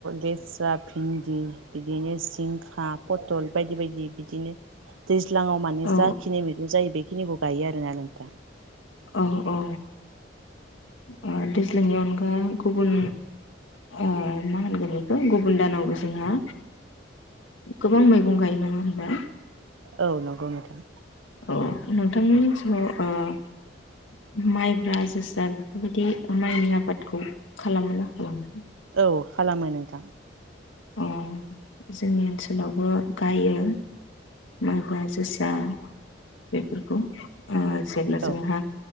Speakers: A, on the right; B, on the left.
A: लेस्रा भिन्दि बिदिनो जिंखा पथल बायदि बायदि बिदिनो दैज्लाङाव माने
B: औ
A: जाखिनि मैगं जायो बेखिनिखौ गायो आरोना नोंथां।
B: औ औ ओ दैज्लांनि अनगा गुबुन आ मा होनगोन बेखौ गुबुन दानावबो जोंहा गोबां मैगं गायो नङा होनबा?
A: औ नंगौ नोंथां।
B: औ नोंथांमोननि जिवाव माइब्रा जोसा बेफोरबायदि माइनि आबादखौ खालामोना खालामो
A: औ खालामो नोंथा।
B: अ जोंनि ओनसोलावबो गायो माइब्रा जोसा बेफोरखौ ओ जेब्ला जोंहा
A: औ